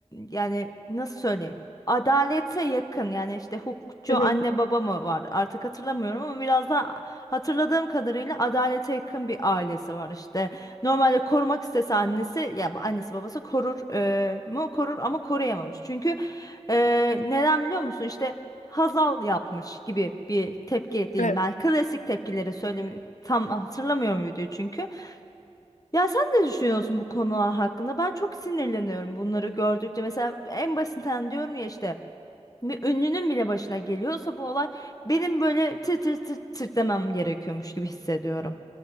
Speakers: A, on the left; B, on the left.
A: yani nasıl söyleyeyim? Adalete yakın yani işte hukukçu
B: Hı hı.
A: anne baba mı var artık hatırlamıyorum ama biraz daha hatırladığım kadarıyla adalete yakın bir ailesi var işte. Normalde korumak istese annesi ya annesi babası korur e, mu korur ama koruyamamış. Çünkü e, neden biliyor musun? İşte Hazal yapmış gibi bir tepki diyeyim
B: Evet.
A: ben. Klasik tepkileri söylemi tam hatırlamıyorum videoyu çünkü. Ya sen ne düşünüyorsun bu konular hakkında? Ben çok sinirleniyorum bunları gördükçe. Mesela en basitinden diyorum ya işte bir ünlünün bile başına geliyorsa bu olay benim böyle tır tır tır tır demem gerekiyormuş gibi hissediyorum.